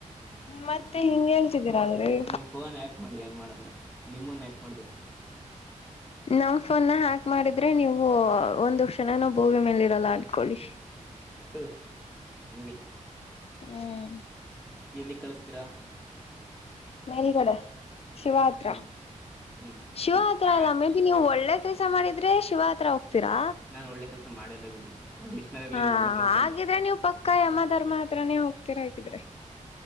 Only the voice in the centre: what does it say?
ನಿಮ್ ಫೋನ್ ಯಾಕ್ ಮಾಡಿ ಏನ್ ಮಾಡಣೊ ನಿಮ್ಮನ್ ಯಾಕ್ ಮಾಡ್ಬೇಕು.
ಹೂ ಹಂಗೆ.
ಎಲ್ಲಿ ಕಳಿಸತೀರಾ.
ಹ್ಮ್ ಹ್ಮ್
ಆ
ನಾನ್ ಒಳ್ಳೆ ಕೆಲ್ಸ ಮಾಡಿಲ್ಲ ಬಿಡ್ರಿ ನಾನ್ ಡಿಕ್ಷನರಿಲ್ಲಿ
ಇಲ್ಲ ಒಳ್ಳೆ ಕೆಲ್ಸ
ಅಂತ